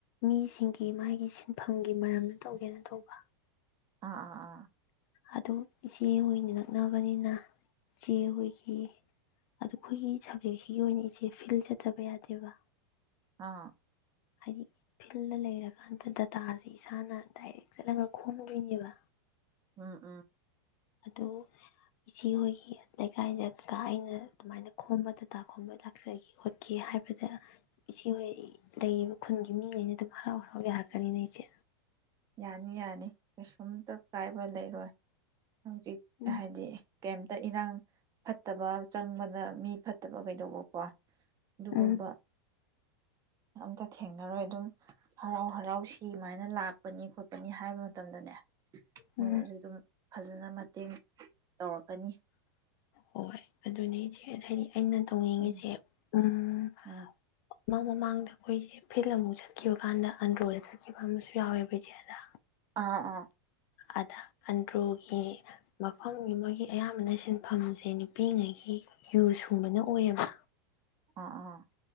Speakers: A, on the left; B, on the right.
A: ꯃꯤꯁꯤꯡꯒꯤ ꯃꯥꯒꯤ ꯁꯤꯟꯐꯝꯒꯤ ꯃꯔꯝꯗ ꯇꯧꯒꯦꯅ ꯇꯧꯕ
B: ꯑꯥ ꯑꯥ ꯑꯥ
A: ꯑꯗꯨꯝ ꯏꯆꯦ ꯍꯣꯏꯅ ꯅꯛꯅꯕꯅꯤꯅ ꯏꯆꯦ ꯍꯣꯏꯒꯤ ꯑꯗꯨ ꯑꯩꯈꯣꯏꯒꯤ ꯁꯕꯖꯦꯛꯁꯤꯒꯤ ꯑꯣꯏꯅ ꯏꯆꯦ ꯐꯤꯜ ꯆꯠꯇꯕ ꯌꯥꯗꯦꯕ
B: ꯑꯥ
A: ꯍꯥꯏꯗꯤ ꯐꯤꯜꯗ ꯂꯩꯔꯀꯥꯟꯗ ꯗꯇꯥꯁꯦ ꯏꯁꯥꯅ ꯗꯥꯏꯔꯦꯛ ꯆꯠꯂꯒ ꯈꯣꯝꯃꯣꯏꯅꯦꯕ
B: ꯎꯝ ꯎꯝ
A: ꯑꯗꯨ ꯏꯆꯦꯍꯣꯏꯒꯤ ꯂꯩꯀꯥꯏꯗꯀ ꯑꯩꯅ ꯑꯗꯨꯃꯥꯏꯅ ꯈꯣꯝꯕ ꯇꯇꯥ ꯈꯣꯝꯕ ꯂꯥꯛꯆꯒꯦ ꯈꯣꯠꯀꯦ ꯍꯥꯏꯕꯗ ꯏꯆꯦꯍꯣꯏ ꯂꯩꯔꯤꯕ ꯈꯨꯟꯒꯤ ꯃꯤꯉꯩꯅ ꯑꯗꯨꯝ ꯍꯔꯥꯎ ꯍꯔꯥꯎ ꯌꯥꯔꯛꯀꯅꯤꯅꯦ ꯑꯩꯁꯦ
B: ꯌꯥꯅꯤ ꯌꯥꯅꯤ ꯀꯩꯁꯨꯝꯇ ꯀꯥꯏꯕ ꯂꯩꯔꯣꯏ ꯍꯧꯖꯤꯛ
A: ꯎꯝ
B: ꯍꯥꯏꯗꯤ ꯀꯦꯝ ꯇ ꯏꯔꯥꯡ ꯐꯠꯇꯕ ꯆꯪꯕꯗ ꯃꯤ ꯐꯠꯇꯕ ꯀꯩꯗꯧꯕꯀꯣ ꯑꯗꯨꯒꯨꯝꯕ
A: ꯎꯝ
B: ꯑꯝꯇ ꯊꯦꯡꯅꯔꯣꯏ ꯑꯗꯨꯝ ꯍꯔꯥꯎ ꯍꯔꯥꯎ ꯁꯤꯃꯥꯏꯅ ꯂꯥꯛ ꯈꯣꯠꯄꯅꯤ ꯈꯣꯠꯄ ꯍꯥꯏꯕ ꯃꯇꯝꯗꯅꯦ
A: ꯎꯝ
B: ꯃꯣꯏꯅꯁꯨ ꯑꯗꯨꯝ ꯐꯖꯅ ꯃꯇꯦꯡ ꯇꯧꯔꯛꯀꯅꯤ
A: ꯍꯣꯏ ꯑꯗꯨꯅꯤ ꯍꯥꯏꯗꯤ ꯑꯩꯅ ꯇꯣꯡꯅꯤꯡꯉꯤꯁꯦ
B: ꯎꯝ
A: ꯎꯝ
B: ꯎꯝ
A: ꯃ ꯃꯃꯥꯡꯗ ꯑꯩꯈꯣꯏꯁꯦ ꯐꯤꯜ ꯑꯃꯨꯛ ꯆꯠꯈꯤꯕ ꯀꯥꯟꯗ ꯑꯟꯗ꯭ꯔꯣꯗ ꯆꯠꯈꯤꯕ ꯑꯃꯁꯨ ꯌꯥꯎꯋꯦꯕ ꯏꯩꯆꯦ ꯑꯗ
B: ꯑꯥ ꯑꯥ
A: ꯑꯗ ꯑꯟꯗ꯭ꯔꯣꯒꯤ ꯃꯐꯝ ꯑꯃꯒꯤ ꯑꯌꯥꯝꯕꯅ ꯁꯤꯟꯐꯝꯁꯦ ꯅꯨꯄꯤꯉꯩꯒꯤ ꯌꯨ ꯁꯨꯡꯕꯅ ꯑꯣꯏꯌꯦꯕ
B: ꯑꯥ ꯑꯥ